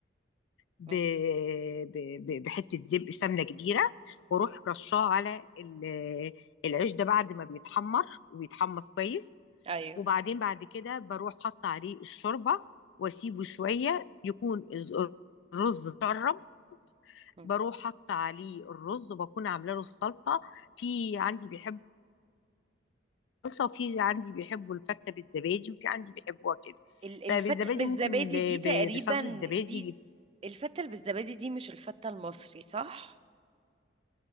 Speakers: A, on the left (about 75°); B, on the right (about 30°).
A: ب...
B: مم.
A: ب... ب- بحته زبق سمنه كبيره واروح رشاه على ال- العيش ده بعد ما بيتحمر ويتحمص كويس
B: ايوه
A: وبعدين بعد كده بروح حاطه عليه الشوربه واسيبه شويه يكون الز- الرز اتشرب
B: مم.
A: بروح حاطه عليه الرز وبكون عامله له السلطه في عندي بيحب الصلصه وفي عندي بيحبوا الفته بالزبادي وفي عندي بيحبوها كده
B: ال- الفتة
A: فبالزبادي
B: بالزبادي
A: ممكن ب-
B: دي تقريبا
A: ب- بصلصه الزبادي
B: دي
A: اللي
B: الفتة اللي بالزبادي دي مش الفتة المصري صح